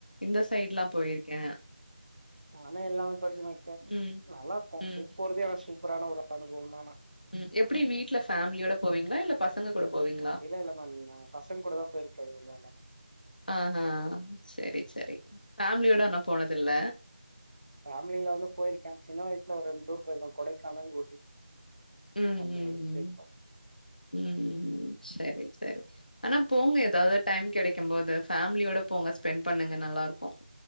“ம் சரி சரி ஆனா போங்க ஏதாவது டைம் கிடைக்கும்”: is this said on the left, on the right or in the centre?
Left